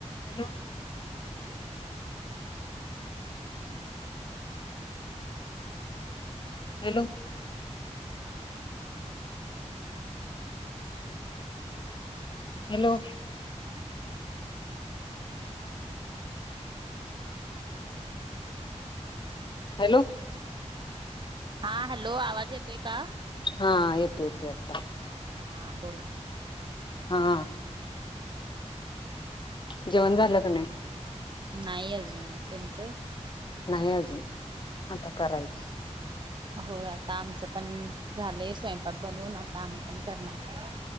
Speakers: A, on the left; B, on the right.
A: Hello hello hello hello
B: हा hello आवाज येतोय का
A: हा येतो येतो आता
B: हा बोलो
A: हा जेवण झालं क नाही
B: नाही अजून तुमचं
A: नाही अजून आता करायचं
B: हो आता आमचं पण झालेय स्वयंपाक बनवून आता आम्ही पण करणार